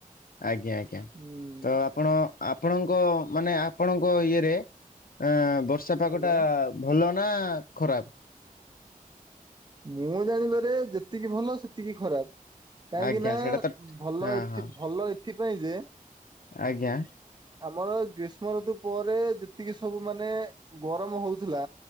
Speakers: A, on the left; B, on the right.
A: ଆଜ୍ଞା ଆଜ୍ଞା
B: ହୁଁ
A: ତ ଆପଣ ଆପଣଙ୍କ ମାନେ ଆପଣଙ୍କ ଇଏରେ ଏଁ ବର୍ଷା ପାଗଟା
B: ଆଜ୍ଞା
A: ଭଲ ନା ଖରାପ।
B: ମୁଁ ଜାଣିବାରେ ଯେତିକି ଭଲ ସେତିକି ଖରାପ। କାହିଁକି
A: ଆଜ୍ଞା
B: ନା
A: ସେଇଟା ତ
B: ଭଲ
A: ହଁ
B: ଏଥି
A: ହଁ
B: ଭଲ ଏଥିପାଇଁ ଯେ
A: ଆଜ୍ଞା।
B: ଆମର ଗ୍ରୀଷ୍ମ ଋତୁ ପରେ ଯେତିକି ସବୁ ମାନେ ଗରମ ହଉଥିଲା।